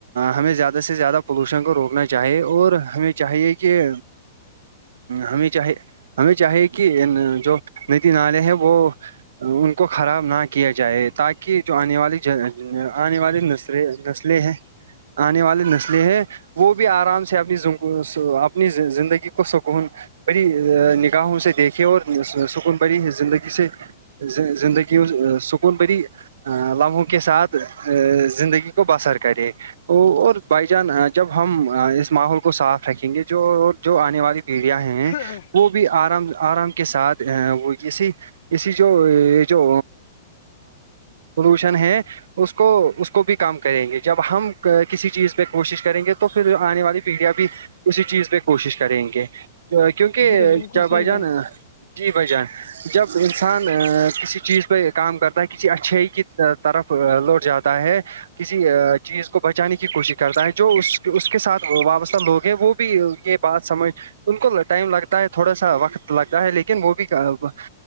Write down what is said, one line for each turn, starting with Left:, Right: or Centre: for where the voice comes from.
Right: ہمیں زیادہ سے زیادہ پولوشن کو روکنا چاہیے اور ہمیں چاہیے کہ ہمیں چاہے ہمیں چاہے کہ جو نیتی نلے ہے وہ ان کو خراب نہ کیا جائے تاکہ جو آنے والی آنے والی اسسلے ہے آنے والی نسلیں ہیں وہ بھی آرام سے اپنی اپنی زندگی کو سکون بڑی نگاہوں سے دیکھے اور سکون بڑری زندگی سے زندگی ہ سکون بری لمحوں کے ساتھ زندگی کو بسر کرے اور بائی جان جب ہم اس ماحول کو صاف رکھیں گے جو جو آنے والی پیڑیا ہیں
Left: ہم
Right: وہ بھی آرام آرام کے ساتھ وہ جے اسی جو یہ جو پولوشن ہے اس کو اس کو بھی کام کریں گے جب ہم کسی چیز پہ کوشش کریں گے تو پھر آنے والی پیڑھیاں بھی اسی چیز پہ کوشش کریں گے کیونکہ
Left: جی بالکل
Right: کیا
Left: صحیح
Right: بھائی جان جی بھائی جان جب انسان کسی چیز پہ کام کرتا ہے کسی اچھائی کی طرف لوٹ جاتا ہے کسی چیز کو بچانے کی کوشش کرتا ہے جو اس اس کے ساتھ وابستہ لوگ ہیں وہ بھی یہ بات سمجھ ان کو ٹائم لگتا ہے تھوڑا سا وقت لگتا ہے لیکن وہ بھی ا